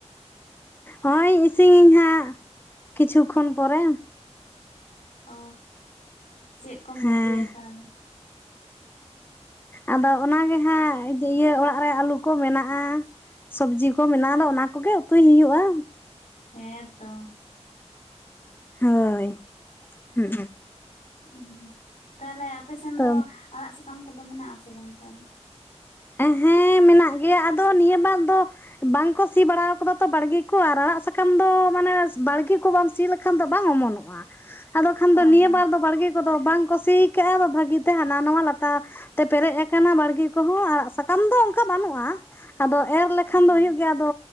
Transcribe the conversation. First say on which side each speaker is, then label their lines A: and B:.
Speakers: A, on the left; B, on the left.
A: ᱦᱳᱭ ᱤᱥᱤᱱᱤᱧ ᱦᱟᱸᱜ, ᱠᱤᱪᱷᱩ ᱠᱷᱚᱱ ᱯᱚᱨᱮ᱾
B: ᱚ, ᱪᱮᱜ ᱠᱚᱢ
A: ᱦᱮᱸ
B: ᱩᱛᱩᱭᱟ ᱛᱟᱦᱚᱞᱮ?
A: ᱟᱫᱚ ᱚᱱᱟᱜᱮ ᱦᱟᱸᱜ ᱤᱭᱟᱹ, ᱚᱲᱟᱜ ᱨᱮ ᱟᱹᱞᱩ ᱠᱚ ᱢᱮᱱᱟᱜᱼᱟ᱾ ᱥᱚᱵᱽᱡᱤ ᱠᱚ ᱢᱮᱱᱟᱜᱼᱟ ᱫᱚ᱾ ᱚᱱᱟ ᱠᱚᱜᱮ ᱩᱛᱩᱭ ᱦᱩᱭᱩᱜᱼᱟ᱾
B: ᱦᱮᱸ ᱛᱚ᱾
A: ᱦᱳᱭ, ᱦᱩᱸ᱾
B: ᱚ, ᱛᱟᱦᱚᱞᱮ ᱟᱯᱮᱥᱮᱱ
A: ᱛᱚ
B: ᱫᱚ ᱟᱲᱟᱜ ᱥᱟᱠᱟᱢ ᱠᱚᱫᱚ ᱢᱮᱱᱟᱜ ᱟᱥᱮ ᱵᱟᱝ ᱛᱟᱦᱚᱞᱮ?
A: ᱦᱮᱸ ᱢᱮᱱᱟᱜ ᱜᱮᱭᱟ᱾ ᱟᱫᱚ ᱱᱤᱭᱟᱹ ᱵᱟᱨ ᱫᱚ᱾ ᱵᱟᱝᱠᱚ ᱥᱤ ᱵᱟᱲᱟ ᱟᱠᱟᱫᱟ ᱛᱚ ᱵᱟᱲᱜᱮ ᱠᱚ᱾ ᱟᱨ ᱟᱲᱟᱜ ᱥᱟᱠᱟᱢ ᱫᱚ ᱢᱟᱱᱮ ᱵᱟᱲᱜᱮ ᱠᱚ ᱵᱟᱢ ᱥᱤᱼᱼ ᱠᱷᱟᱱ ᱫᱚ ᱵᱟᱝ ᱚᱢᱚᱱᱚᱜᱼᱟ ᱾ᱟᱫᱚ ᱠᱷᱟᱱ
B: ᱦᱳᱭ
A: ᱫᱚ ᱱᱤᱭᱟᱹ ᱵᱟᱨ ᱫᱚ ᱵᱟᱲᱜᱮᱼᱼ ᱠᱚᱫᱚ ᱵᱟᱝ ᱠᱩᱥᱤᱠᱟᱜᱼᱟ ᱾ᱟᱫᱚ ᱵᱷᱟᱹᱜᱤᱛᱮ ᱦᱟᱱᱟ ᱱᱚᱣᱟ ᱞᱟᱛᱟᱨ ᱛᱮ ᱯᱮᱨᱮᱡ ᱟᱠᱟᱱᱟ ᱵᱟᱲᱜᱮ ᱠᱚᱦᱚᱸ᱾ ᱥᱟᱠᱟᱢ ᱫᱚ ᱚᱱᱠᱟ ᱵᱟᱹᱱᱩᱜᱼᱟ᱾ ᱟᱫᱚ ᱮᱨ ᱞᱮᱠᱷᱟᱱ
B: ᱦᱳᱭ᱾
A: ᱫᱚ ᱦᱩᱭᱩᱜ ᱜᱮᱭᱟ᱾ ᱫᱚ,